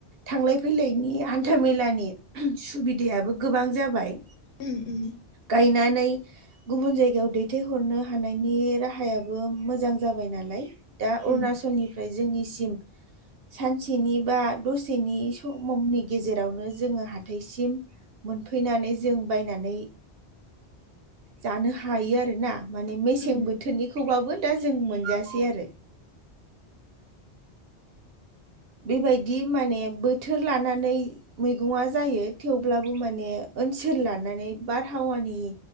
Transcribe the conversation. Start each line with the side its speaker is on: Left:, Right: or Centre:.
Right: थांलाय फैलायनि हान्था मेलानि सुबिदायाबो गोबां जाबाय।
Left: उम उम
Right: गायनानै गुबुन जायगायाव दैथायहरनो हानायनि राहायाबो मोजां जाबाय नालाय। दा अरुणाचलनिफ्राय
Left: उम
Right: जोंनिसिम सानसेनि बा दसेनि समनि गेजेरावनो जोङो हाथायसिम मोनफैनानै जों बायनानै जानो हायो आरोना माने मेसें
Left: उम
Right: बोथोरनिखौबाबो दा जों मोनजासै आरो बेबायदि माने बोथोर लानानै मैगङा जायो थेवब्लाबो माने ओनसोल लानानै बारहावानि